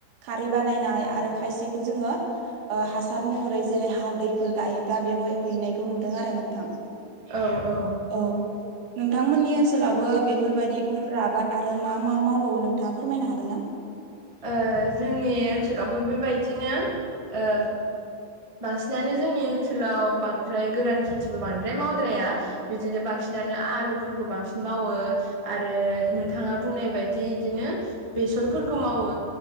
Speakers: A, on the right (about 80°); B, on the right (about 20°).
A: खारै बानायनाय आरो खायसेखौ जोङो ओ हासार महरै जेरै हालदैफोर गायोब्ला बेवहाय हैनायखौ नुदों आरो नोंथां।
B: औ औ
A: औ नोंथांमोननि ओनसोलावबो बेफोरबायदि उफ्रा आबाद आ आरो मा मा मावबावो नोंथाङा फोरमायनो हागोन ना
B: ओ जोंनि ओनसोलावबो बेबायदिनो ओ बांसिनानो जोंनि ओनसोलाव बांद्राय गोरान खेथिबो बांद्राय मावद्राया। बिदिनो बांसिनानो आलुफोरखौ बांसिन मावो। आरो नोंथाङा बुंनाय बायदि इदिनो बेसरफोर खौ मावो